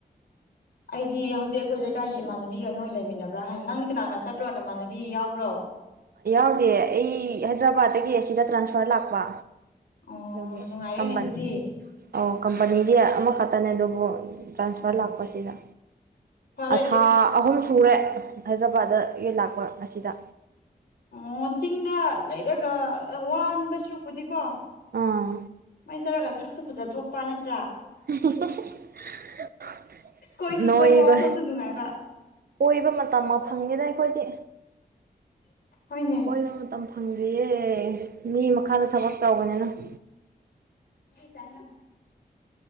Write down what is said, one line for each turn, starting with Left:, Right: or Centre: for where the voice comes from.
Left: ꯑꯩꯗꯤ ꯍꯧꯖꯤꯛ ꯑꯩꯈꯣꯏ ꯂꯩꯀꯥꯏꯒꯤ ꯏꯃꯥꯟꯅꯕꯤꯒ ꯅꯣꯏ ꯂꯩꯃꯤꯟꯅꯕ꯭ꯔꯥ ꯍꯥꯏꯅ ꯅꯪꯗꯤ ꯀꯅꯥꯛꯅꯥ ꯆꯠꯇ꯭ꯔꯣ ꯅꯃꯥꯟꯅꯕꯤ ꯌꯥꯎꯕ꯭ꯔꯣ
Right: ꯌꯥꯎꯗꯦ ꯑꯩ ꯍꯥꯏꯗ꯭ꯔꯕꯥꯠꯇꯒꯤ ꯑꯁꯤꯗ ꯇ꯭ꯔꯥꯟꯁꯐꯔ ꯂꯥꯛꯄ
Left: ꯑꯣ
Right: ꯅꯤ
Left: ꯅꯨꯡꯉꯥꯏꯔꯦꯅꯦ ꯑꯗꯨꯗꯤ
Right: ꯑꯣ ꯀꯝꯄꯅꯤꯗꯤ ꯑꯃꯈꯛꯇꯅꯦ ꯑꯗꯨꯕꯨ ꯇ꯭ꯔꯥꯟꯁꯐꯔ
Left: ꯑꯣ
Right: ꯂꯥꯛꯄꯁꯤꯗ
Left: ꯐꯔꯦ
Right: ꯑ ꯊꯥ
Left: ꯑꯗꯨꯝ
Right: ꯑꯍꯨꯝ ꯁꯨꯔꯦ ꯍꯥꯏꯗ꯭ꯔꯕꯥꯗ ꯌꯦꯟ ꯂꯥꯛꯄ ꯉꯁꯤꯗ
Left: ꯑꯣ ꯆꯤꯡꯗ ꯂꯩꯔꯒ ꯋꯥꯟꯕ ꯁꯔꯨꯛꯄꯨꯗꯤꯀꯣ
Right: ꯑꯥ
Left: ꯁꯨꯃꯥꯏꯅ ꯆꯧꯔꯒ ꯁꯛꯁꯨꯨ ꯐꯖ ꯊꯣꯛꯄ ꯅꯠꯇ꯭ꯔꯥ
Right: <inaudible>
Left: ꯀꯣꯏꯁꯨ
Right: ꯅꯣꯏꯕ
Left: ꯀꯣꯏꯕ ꯋꯥꯈꯜꯁꯨ ꯅꯨꯡꯉꯥꯏꯕ
Right: ꯀꯣꯏꯕ ꯃꯇꯝ ꯑꯃ ꯐꯪꯉꯦꯅ ꯑꯩꯈꯣꯏꯗꯤ
Left: ꯍꯣꯏꯅꯦ
Right: ꯀꯣꯏꯕ ꯃꯇꯝ ꯐꯪꯗꯌꯦꯦ ꯃꯤ ꯃꯈꯥꯗ ꯊꯕꯛ ꯇꯧꯕꯅꯤꯅ <inaudible>
Left: ꯇꯅ